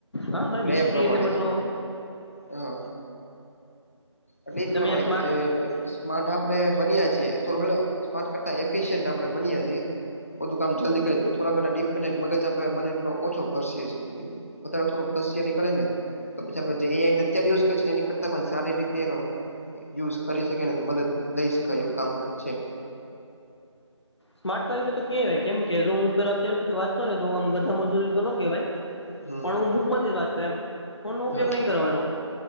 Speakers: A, on the left; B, on the left.
A: હા હા
B: નયા
A: ડિસિપ્લિન
B: પ્રમાણે
A: ને બધો
B: જ હા એટલે એજ
A: તમે
B: પ્રમાણે
A: સ્માર્ટ
B: કે જે સ્માટ આપડે બન્યા છીએ થોડું સ્માટ કરતા એફિયન્ટ આપડે બનએ છીએ બધું કામ જલ્દી કરી થોડા ઘણા ડિપેન્ડ મગજ આપે બને એઓ ઓછો ઘસએ છે અત્યારે થોડું ઘસી નીકળે ને તો પછી આપડે જે એ આઈ અત્યારે યુઝ એની કરતા પણ સારી રીતે એનો યુઝ કરી શકે મદદ લઈ શકાય એવું કામકા છે
A: સ્માર્ટ તરીકે તો કેહેવાય કેમ કે જો હું પેલા અતાર સુધી વાંચતો ને તોમ બધા મજૂરી તો ન કેવાય
B: હમ
A: પણ હું બુકમાંથી વાચતો એમ ફોન નો ઉપયોગ
B: હા
A: નહી કરવાનો